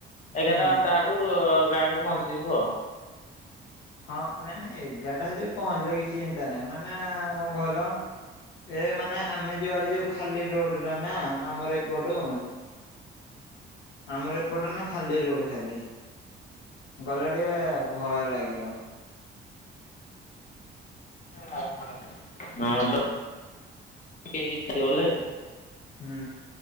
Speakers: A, on the left; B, on the left.
A: ଏଗାରଟା
B: ହୁଁ।
A: ବାରଟାରୁ ରୁ ଗାଁକୁ ପହଞ୍ଚି ଯିବୁ ଆଉ।
B: ହଁ, ନାଇଁ ନାଇଁ, ଏଗାରଟା ହେଲେ ବି ପହଞ୍ଚିଲେ କିଛି ଚିନ୍ତା ନାହିଁ। ମାନେ କଣ କହିଲ ଏ ମାନେ ଆମେ ଯୋଉଆଡେ ଯିବୁ, ଖାଲି ରୋଡଟା ନା ଆମର ଏପଟୁ। ଆମର ଏପଟେ ନା ଖାଲି ରୋଡ ଖାଲି। ଗଲେ ଟିକେ ଭୟ ଲାଗିବ।
A: <inaudible> କେଇ କିଛି ଗଲେ
B: ହୁଁ,